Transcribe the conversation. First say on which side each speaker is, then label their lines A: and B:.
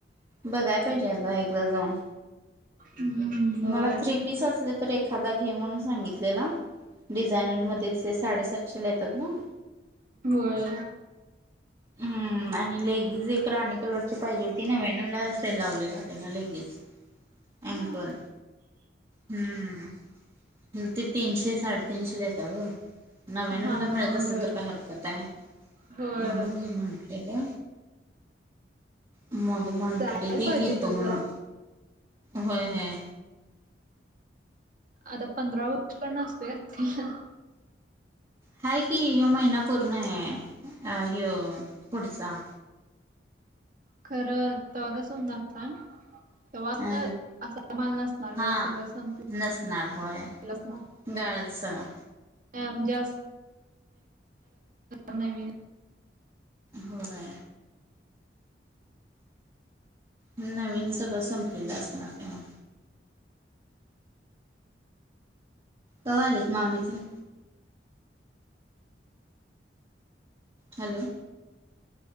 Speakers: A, on the right; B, on the right.
A: बघाय पाहिजे आता एकदा जाऊन
B: हम्म होय
A: मला थ्री पीस असले तर एखादा घे म्हणून सांगितलेला डिझायनर मध्येच ते साडेसातशेला येतात ना
B: होय
A: हम्म आणि लेगीज एक राणी कलरची पाहिजे होती नव्यानव ला सेल लावलेला त्यांना लेगीज, ॲकल.
B: हा
A: हम्म, ते तीनशे, साडेतीनशे येत्या गं. नव्यानव
B: हा
A: ला मिळत
B: हा
A: असेल
B: होय
A: तर काय हरकत आहे.
B: होय
A: म्हणून म्हंटले. मग म्हटली
B: जायला
A: ती,
B: पाहिजे
A: घेतो
B: तिकडे
A: म्हणून,
B: जरा
A: होय-होय.
B: आता पंधरा उत्पन्न असतोय असतील.
A: हाय की, ह्यो महिना पूर्ण आहे, ह्यो पुढचा.
B: खरं तवा कस होणार आता. तेव्हा असा
A: अ
B: असला माल नसणार
A: हा
B: गं सगळं संपणार.
A: नसणार होय गाळच सगळा.
B: नाही आमच्या अस, नवीन <inaudible>
A: होय. नवीन सगळं संपलेलं असणार तेव्हा. कवा आलीत मामी तेन. हॅलो.